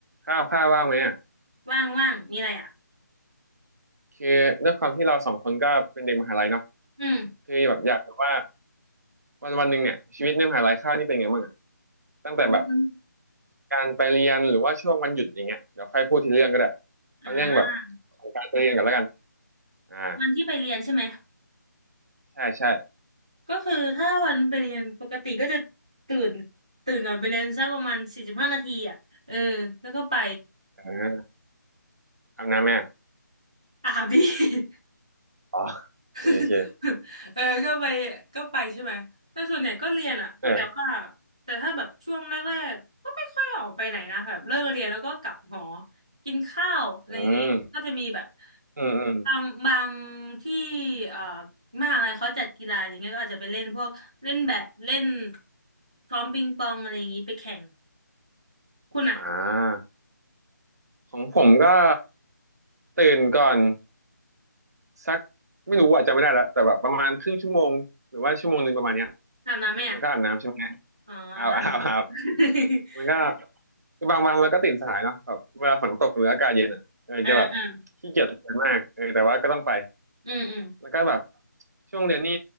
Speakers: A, on the right (about 55°); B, on the right (about 20°).
A: ข้าวข้าวว่างไหมอ่ะ
B: ว่างว่างมีอะไรอ่ะ
A: คือด้วยความที่เราสองคนก็เป็นเด็กมหาลัยเนาะ
B: อืม
A: คือแบบอยากแบบว่าวันวันหนึ่งเนี่ยชีวิตในมหาลัยข้าวนี่เป็นไงบ้างอ่ะตั้งแต่แบบ
B: วัน
A: การไปเรียนหรือว่าช่วงวันหยุดอย่างเงี้ยเดี๋ยวค่อยพูดทีเรื่องก็ได้
B: อ่า
A: เอาเรื่องแบบของการไปเรียนก่อนแล้วกันอ่า
B: วันที่ไปเรียนใช่ไหม
A: ใช่ใช่
B: ก็คือถ้าวันไปเรียนปกติก็จะตื่นตื่นก่อนไปเรียนสักประมาณสี่สิบห้านาทีอ่ะ เออ แล้วก็ไป
A: เอออาบน้ำแม่
B: อาบดี <laughs>
A: อ๋อ
B: <laughs>
A: โอเคโอเค
B: เออก็ไปก็ไปใช่ไหมแต่ส่วนใหญ่ก็เรียนอะแต่ว่า
A: เออ
B: แต่ถ้าแบบช่วงแรกๆก็ไม่ค่อยออกไปไหนนะแบบเลิกเรียนแล้วก็กลับหอกินข้าวอะไรอย่างนี้ก็จะมีแบบ
A: อืมอืมอืม
B: บางบางที่เอ่อมหาอะไรเขาจัดกีฬาอย่างเงี้ยก็อาจจะไปเล่นพวกเล่นแบดเล่นซ้อมปิงปองอะไรอย่างนี้ไปแข่งคุณอะ
A: อ่าของผมก็ตื่นก่อน สักไม่รู้อาจจะจำไม่ได้แล้วแต่แบบประมาณครึ่งชั่วโมงหรือว่าชั่วโมงหนึ่งประมาณเนี้ย
B: อาบน้ำไหมอะ
A: แล้วก็อาบน้ำใช่ไหม
B: อ๋ออาบน้ำอยู่
A: อาบอาบอาบ
B: <laughs>
A: แล้วก็คือบางวันเราก็ตื่นสายเนาะแบบเวลาฝนตกหรืออากาศเย็นอ่ะเออจะแบบ
B: เออเออ
A: ขี้เกียจทำงานมากเออแต่ว่าก็ต้องไป
B: อืมอืม
A: แล้วก็แบบช่วงเรียนนี่